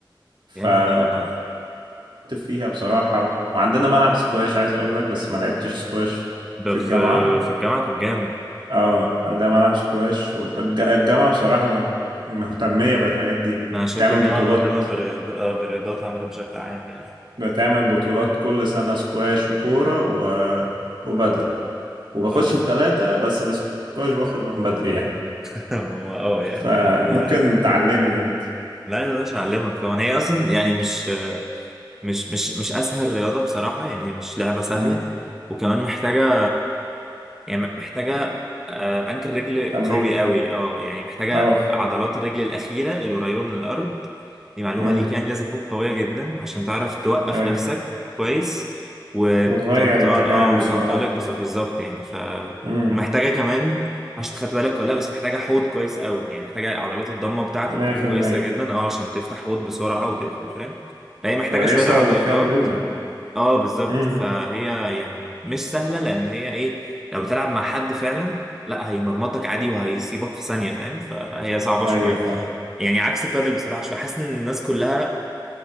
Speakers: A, on the right; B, in the centre.
A: فاتطورت
B: جامد ده والله
A: فيها بصراحه وعندنا ملعب سكواش عايز اقول لك بس ما لعبتش سكواش
B: ده
A: في
B: في
A: الجامعه
B: في الجامعة طب جامد
A: اه عندها ملعب سكواش والجامعة بصراحة مت- مهتمية بالحاجات دي
B: ما شكل
A: بتعمل
B: الجامعة
A: بطولات
B: مهتمة بالرياض- آه، بالرياضات عامة بشكل عام يعني
A: بتعمل بطولات كل سنة سكواش وكورة و... وبدل وبخش
B: تحفة
A: التلاتة بس السكواش بخرج من بدري يعني
B: <laughs> ما هو اه يعني
A: فممكن
B: اه هي
A: تعلمني انت
B: لا يا باشا اعلمك طبعا هي اصلا يعني مش مش مش مش اسهل رياضه بصراحه يعني هي مش لعبه سهله
A: مم.
B: وكمان محتاجه يعني محتاجه آه، انكل رجل
A: تمرين
B: قوي قوي اه يعني محتاجه
A: اه
B: عضلات الرجل الاخيره القريبه من الارض دي معلومه
A: امم
B: ليك يعني لازم تكون قويه جدا عشان تعرف توقف
A: اي
B: نفسك كويس وتنطلق
A: وتغير اتجاهك
B: اه
A: بسرعة
B: وتنطلق بس- بالظبط يعني ف
A: امم
B: ومحتاجه كمان مش خدت بالك ولا لا، بس محتاجه حوض كويس قوي يعني محتاجه عضلات الضمه بتاعتك
A: مية
B: تكون
A: في
B: كويسه
A: المية
B: جدا اه عشان تفتح حوض بسرعه وتقفل فاهم فهي محتاجه
A: كويسة
B: شويه عضلات
A: وفيها مرونة
B: اه بالظبط
A: امم
B: فهي يعني مش سهله لان هي ايه لو بتلعب مع حد فعلا لا هيمرمطك عادي وهيسيبك في ثانيه فاهم فهي صعبه
A: ايوه
B: شويه
A: فاهم
B: يعني عكس البادل بصراحه شويه حاسس ان الناس كلها